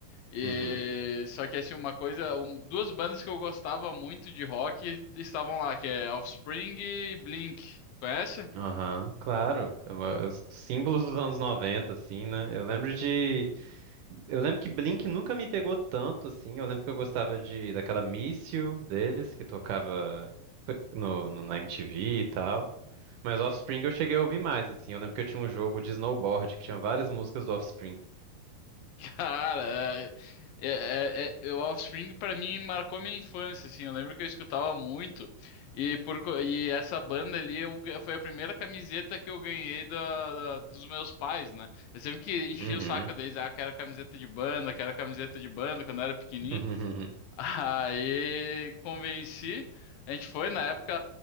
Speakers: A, on the left; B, on the right.
A: E
B: Uhum.
A: só que assim, uma coisa, um- duas bandas que eu gostava muito de rock estavam lá, que é Offspring e Blink. Conhece?
B: Aham. Claro, é uma- é os símbolos dos anos 90, assim, né? Eu lembro de. Eu lembro que Blink nunca me pegou tanto, assim. Eu lembro que eu gostava de daquela Miss You deles, que tocava no, no- na MTV e tal. Mas Offspring eu cheguei a ouvir mais, assim. Eu lembro que eu tinha um jogo de snowboard que tinha várias músicas do Offspring.
A: Cara, é, é, é- é- o Offspring pra mim marcou minha infância, assim, eu lembro que eu escutava muito, e, por, co- e essa banda ali eu, ga- foi a primeira camiseta que eu ganhei da, da- dos meus pais, né? Eu sempre que enchia
B: Uhum.
A: o saco deles, ah, quero camiseta de banda, quero camiseta de banda, quando eu era pequenininho,
B: <laughs>
A: <laughs> aí convenci, a gente foi, na época